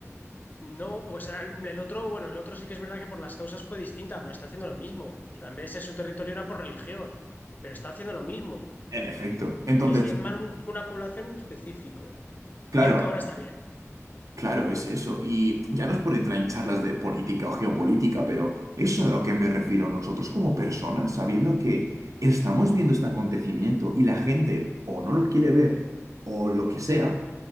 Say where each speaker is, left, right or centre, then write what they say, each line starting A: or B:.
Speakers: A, on the left; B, on the right.
A: No, pues el el otro, bueno, el otro sí que es verdad que por las causas fue distinta, pero está haciendo lo mismo. O sea, en vez de ser su territorio era por religión, pero está haciendo lo mismo,
B: en efecto. Entonces,
A: que es diezmar un- una población en específico.
B: claro,
A: Y ac- ahora está bien,
B: Claro, es eso. Y ya no es por entrar en charlas de política o geopolítica, pero eso es a lo que me refiero nosotros como personas, sabiendo que estamos viendo este acontecimiento y la gente o no lo quiere ver o lo que sea,